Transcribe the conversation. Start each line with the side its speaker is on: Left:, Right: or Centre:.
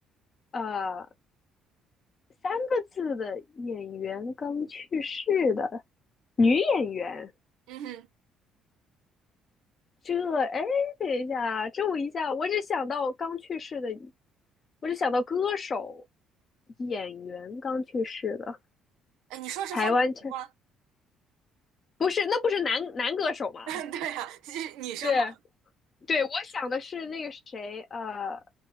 Left: 呃，三个字的演员刚去世的女演员，
Right: 嗯哼，
Left: 这哎，等一下，这我一下我只想到刚去世的，我只想到歌手，演员刚去世的。
Right: 哎，你说是方大同吗？
Left: 台湾腔不是，那不是男男歌手吗？
Right: <laughs> 对啊，是女生嘛？
Left: 对对，我想的是那个谁，呃